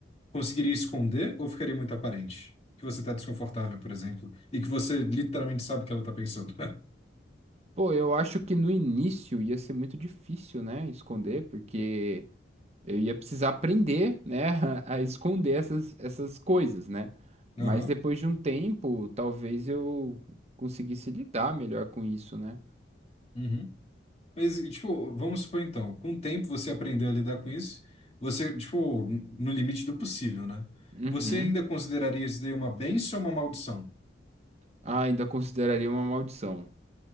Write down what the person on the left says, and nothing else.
conseguiria esconder ou ficaria muito aparente? Que você tá desconfortável, por exemplo, e que você literalmente sabe o que ela tá pensando.
<laughs>
Aham,
uhum. Mas, tipo, vamos supor então, com o tempo você aprendeu a lidar com isso, você, tipo, no limite do possível, né?
Você ainda consideraria isso daí uma bênção ou uma maldição?